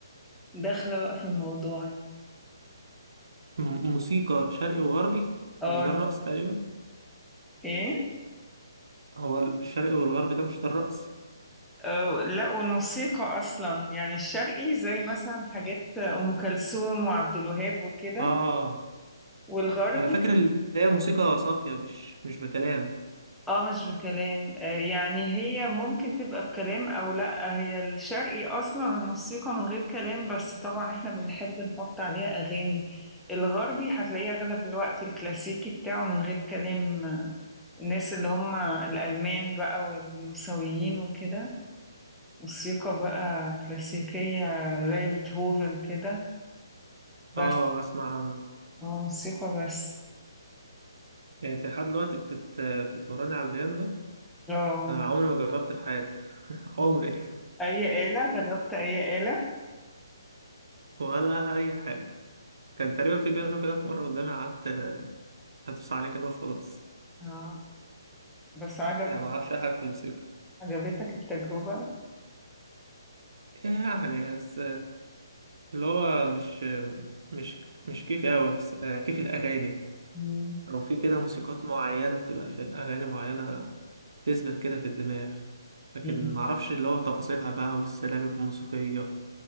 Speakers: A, in the centre; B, on the right.
A: وداخلة بقى في الموضوع يعني.
B: م- موسيقى شرقي وغربي
A: اه
B: مش ده الرقص تقريبا
A: ايه
B: هو الشرقي والغربي ده مش ده الرقص
A: آه، لا والموسيقى اصلا يعني الشرقي زي مثلا حاجات ام كلثوم وعبد الوهاب وكده
B: آه
A: والغربي
B: أنا فاكر اللي هي موسيقى صافية مش مش بكلام
A: اه مش بكلام آه، يعني هي ممكن تبقى بكلام او لا هي الشرقي اصلا الموسيقى من غير كلام بس طبعا احنا بنحب نحط عليها اغاني الغربي هتلاقيه اغلب الوقت الكلاسيكي بتاعه من غير كلام آه، الناس اللي هم الالمان بقى والنمساويين وكده موسيقى بقى كلاسيكية زي بيتهوفن كده بس
B: آه أسمع عنه
A: اه موسيقى بس
B: يعني انت لحد دلوقتي بتت... بتتمرني على البيانو ده
A: اه
B: انا عمري ما جربت في حياتي <laughs> عمري
A: آه. اي آلة جربت اي آلة
B: ولا اي حاجه كان تقريبا في بيانو كده في مره قدامي قعدت هدوس عليه كده وخلاص
A: اه بس عجبك
B: يعني ما اعرفش اي حاجه في الموسيقى
A: عجبتك التجربة
B: يعني بس اللي هو مش مش مش كيفي قوي بس كيف الاغاني
A: مم.
B: او في كده موسيقات معينه بتبقى في اغاني معينه تثبت كده في الدماغ لكن
A: مم.
B: معرفش اللي هو تفاصيلها بقى والسلالم الموسيقية